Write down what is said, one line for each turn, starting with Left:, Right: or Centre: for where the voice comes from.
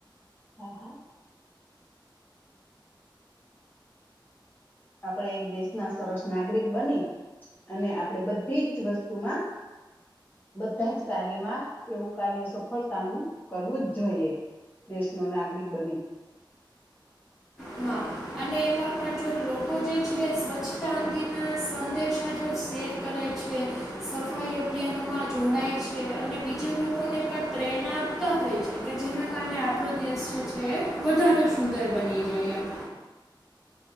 Left: હા હા. આપણે એક દેશના સરસ નાગરિક બની અને આપડે બધી જ વસ્તુમાં બધા જ કાર્યમાં એવુ કાર્ય સફળતાનું કરવું જ જોઈએ. દેશનો નાગરિક બની.
Centre: હા અને એમાં પણ જો લોકો જે છે સ્વચ્છતા અંગેના સંદેશા જો શેર કરે છે, સફાઈ અભિયાનોમાં જોડાય છે અને બીજા લોકોને પણ પ્રેરણા આપતા હોય છે. કે જેના કારણે આપણો દેશ જે છે એ વધારે સુંદર બની જાય એમ.